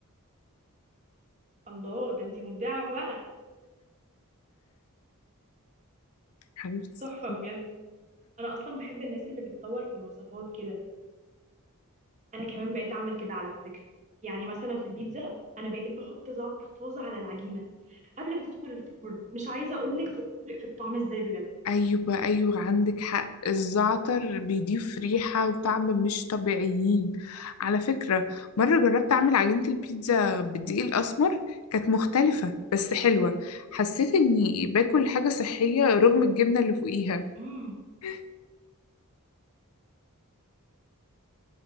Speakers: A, on the right (about 35°); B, on the left (about 70°).
A: الله ده انتي مبدعه بقى
B: حبيبتي
A: تحفه بجد انا اصلا بحب الناس اللي بتطور في الوصفات كده انا كمان بقيت اعمل كده على فكره يعني مثلا في البيتزا انا بقيت بحط زعتر طازه على العجينه قبل ما تدخل الفرن مش عايزه اقول لك بتفرق في الطعم ازاي بجد
B: أيوة أيوة عندك حق الزعتر بيضيف ريحة وطعم مش طبيعيين على فكرة مرة جربت أعمل عجينة البيتزا بالدقيق الأسمر كانت مختلفة بس حلوة حسيت إني باكل حاجة صحية رغم الجبنة اللي فوقيها
A: امم
B: <laughs>